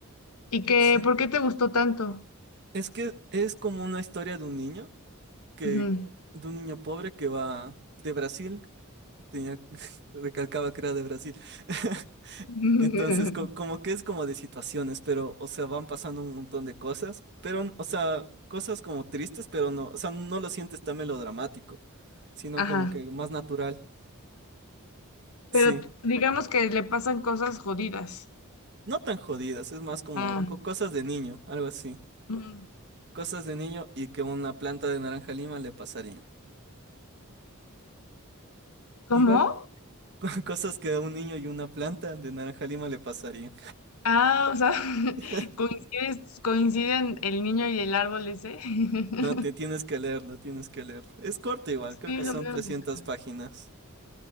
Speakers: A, on the left; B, on the right.
A: ¿Y qué,
B: Sí.
A: por qué te gustó tanto?
B: Es que es como una historia de un niño que,
A: Ujú.
B: de un niño pobre que va de Brasil, tenía, <laughs> recalcaba que era de Brasil. <laughs>
A: <laughs>
B: Entonces, co- como que es como de situaciones, pero, o sea, van pasando un montón de cosas, pero, o sea, cosas como tristes, pero no, o sea, no lo sientes tan melodramático, sino
A: Ajá.
B: como que más natural. Sí.
A: Pero digamos que le pasan cosas jodidas.
B: No tan jodidas, es más como
A: Ah,
B: co- cosas de niño, algo así.
A: mm,
B: cosas de niño y que una planta de naranja lima le pasaría.
A: ¿Cómo?
B: Igual <laughs> cosas que a un niño y una planta de naranja lima le pasarían.
A: Ah, o sea, <laughs>
B: <laughs>
A: coincides- coinciden el niño y el árbol ese. <laughs>
B: No, te tienes que leerlo, tienes que leerlo. Es corto igual,
A: Sí,
B: creo que
A: lo
B: son
A: voy
B: 300
A: a buscar.
B: páginas.